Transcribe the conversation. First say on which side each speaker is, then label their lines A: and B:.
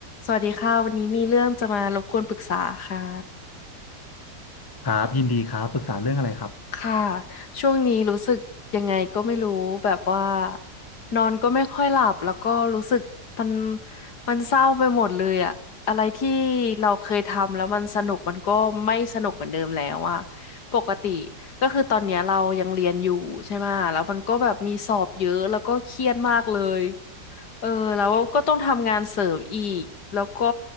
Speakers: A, on the left; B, on the left.
A: สวัสดีค่ะวันนี้มีเรื่องจะมารบกวนปรึกษาค่ะ
B: ครับยินดีครับปรึกษาเรื่องอะไรครับ
A: ค่ะช่วงนี้รู้สึกยังไงก็ไม่รู้แบบว่านอนก็ไม่ค่อยหลับแล้วก็รู้สึกมันมันเศร้าไปหมดเลยอะอะไรที่เราเคยทำแล้วมันสนุกมันก็ไม่สนุกเหมือนเดิมแล้วอะปกติก็คือตอนเนี้ยเรายังเรียนอยู่ใช่ไหมะแล้วมันก็แบบมีสอบเยอะแล้วก็เครียดมากเลย เออแล้วก็ต้องทำงานเสริมอีกแล้วก็